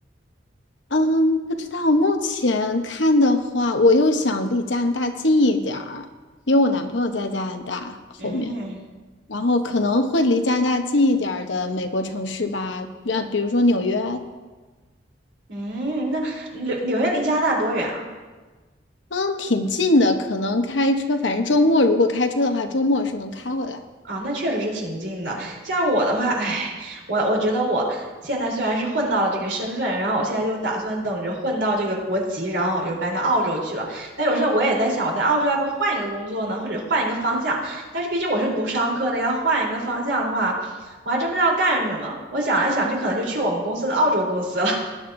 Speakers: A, on the left; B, on the right.
A: 嗯，不知道。目前看的话，我又想离加拿大近一点儿，因为我男朋友在加拿大后面，
B: 嗯
A: 然后可能会离加拿大近一点儿的美国城市吧，呃，比如说纽约，
B: 嗯，那纽纽约离加拿大多远啊？
A: 嗯，挺近的，可能开车，反正周末如果开车的话，周末是能开回来。
B: 啊，那确实是挺近的。像我的话，唉，我我觉得我现在虽然是混到了这个身份，然后我现在就打算等着混到这个国籍，然后我就搬到澳洲去了。但有时候我也在想，我在澳洲要不要换一个工作呢，或者换一个方向？但是毕竟我是读商科的，要换一个方向的话，我还真不知道干什么。我想来想去，可能就去我们公司的澳洲公司了。